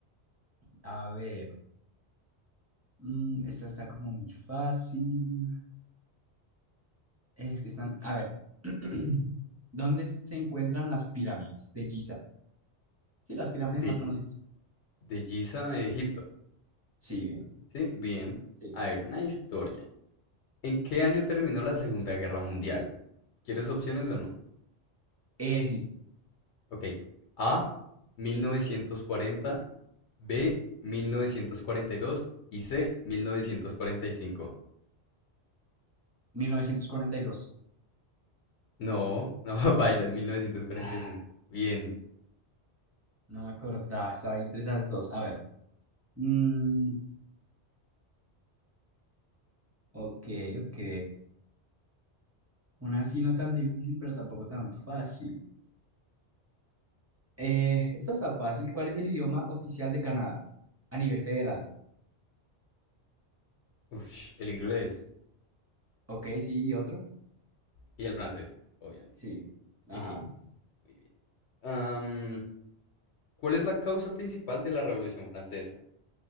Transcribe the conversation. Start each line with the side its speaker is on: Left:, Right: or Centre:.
Right: a ver, mm, esta está como muy fácil. Es que están, a ver, <clears throat> ¿dónde se encuentran las pirámides de Giza? Sí, las pirámides
Left: De,
Right: más conocidas.
Left: de Giza a Egipto.
Right: Sí, bien,
Left: Sí, bien.
Right: sí.
Left: A ver, una historia. ¿En qué año terminó la Segunda Guerra Mundial? ¿Quieres opciones o no?
Right: Eh, sí,
Left: Ok. A, 1940, B, 1942 y dos y C, 1945.
Right: 1942.
Left: No, no, <laughs> baila, es 1945.
Right: Ah,
Left: Bien.
Right: no me acordaba, estaba ahí entre esas dos. A ver, mm, ok, ok. Una así no tan difícil, pero tampoco tan fácil. Eh, esta está fácil. ¿Cuál es el idioma oficial de Canadá a nivel federal?
Left: Uf, el inglés
Right: Ok, sí, ¿y otro?
Left: y el francés, obviamente.
Right: Sí.
Left: <laughs>
Right: Ajá.
Left: Jeje, Muy bien. Am, ¿cuál es la causa principal de la Revolución Francesa?